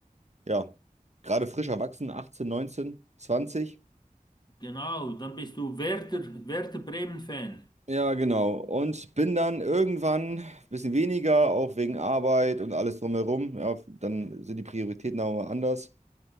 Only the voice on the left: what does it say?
Genau, dann bist du Werder, Werder Bremen-Fan.